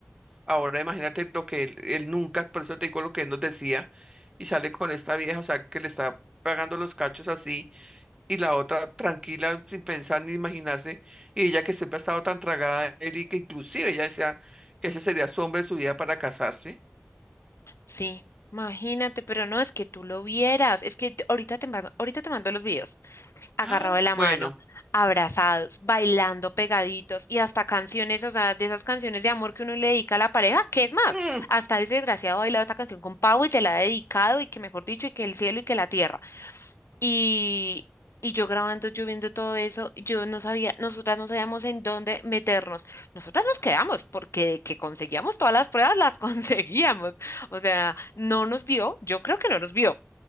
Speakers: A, on the right; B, on the left.
A: Ahora imagínate lo que él, él nunca, por eso te digo lo que él nos decía, y sale con esta vieja, o sea, que le está pagando los cachos así, y la otra tranquila, sin pensar ni imaginarse, y ella que siempre ha estado tan tragada, él y que inclusive ella decía que ese sería su hombre de su vida para casarse.
B: Sí, imagínate, pero no es que tú lo vieras, es que ahorita te mando, ahorita te mando los videos. Agarrado
A: Ah,
B: de la
A: bueno,
B: mano, abrazados, bailando pegaditos y hasta canciones, o sea, de esas canciones de amor que uno le dedica a la pareja, que es más,
A: mm,
B: hasta ese desgraciado ha bailado esta canción con Pau y se la ha dedicado y que mejor dicho, y que el cielo y que la tierra. Y, y yo grabando, yo viendo todo eso, yo no sabía, nosotras no sabíamos en dónde meternos. Nosotras nos quedamos porque de que conseguíamos todas las pruebas, las <laughs> conseguíamos. O sea, no nos vio, yo creo que no nos vio,